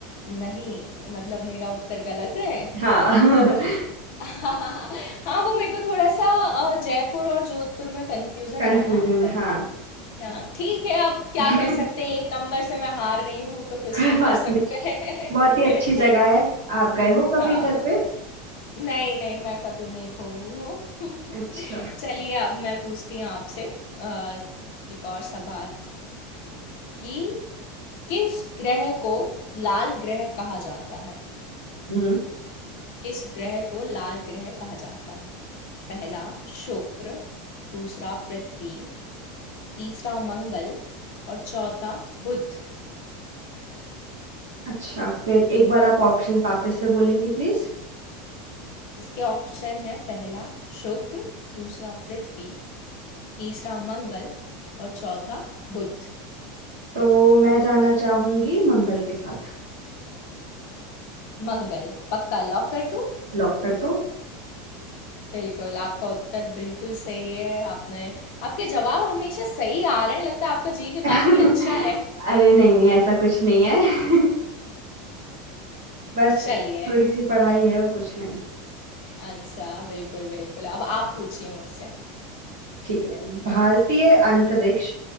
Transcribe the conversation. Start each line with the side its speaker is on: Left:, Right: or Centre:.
Left: नहीं मतलब मेरा उत्तर गलत है
Right: हाँ <laughs>
Left: <laughs> हाँ वो मेरे को थोड़ा सा अ, जयपुर और जोधपुर में कंफ्यूजन
Right: कंफ्यूजन
Left: रहा बट
Right: हाँ
Left: हाँ ठीक है अब क्या
Right: <laughs>
Left: कर सकते हैं एक नंबर से मैं हार रही हूँ तो कुछ
Right: कोई
Left: नहीं
Right: बात
Left: कर सकते
Right: नहीं
Left: हैं
Right: बहुत ही अच्छी जगह है आप गए
Left: <laughs>
Right: हो कभी
Left: हाँ
Right: इधर पे
Left: नहीं नहीं मैं कभी नहीं घूमी हूँ <laughs>
Right: अच्छा
Left: चलिए अब मैं पूछती हूँ आपसे अ, एक और सवाल कि किस ग्रह को लाल ग्रह कहा जाता है
Right: हम्म
Left: किस ग्रह को लाल ग्रह कहा जाता है पहला शुक्र दूसरा पृथ्वी तीसरा मंगल और चौथा बुध
Right: अच्छा फिर एक बार आप ऑप्शंस वापस से बोलेंगे प्लीज
Left: इसके ऑप्शन है पहला शुक्र दूसरा पृथ्वी तीसरा मंगल और चौथा बुध
Right: तो मैं जाना चाहूंगी मंगल के साथ
Left: मंगल पक्का लॉक कर दूं
Right: लॉक कर दो
Left: बिल्कुल आपका उत्तर बिल्कुल सही है आपने आपके जवाब हमेशा सही आ रहे हैं लगता है आपका जी के
Right: <laughs>
Left: काफी अच्छा है
Right: अरे नहीं नहीं ऐसा कुछ नहीं है <laughs> बस
Left: चलिए
Right: थोड़ी सी पढ़ाई है और कुछ नहीं
Left: अच्छा बिल्कुल बिल्कुल अब आप पूछिए मुझसे
Right: ठीक है भारतीय अंतरिक्ष